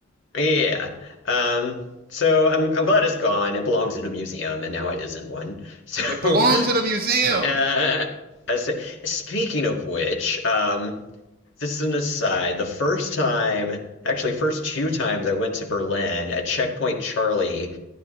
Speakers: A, on the left; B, on the right.
A: Yeah. Um so I'm I'm glad it's gone. It belongs in a museum and now it is in one.
B: <laughs>
A: So
B: it belongs
A: <laughs>
B: in a museum
A: Uh, I say, speaking of which, um, this is an aside. The first time, actually, first two times I went to Berlin at Checkpoint Charlie,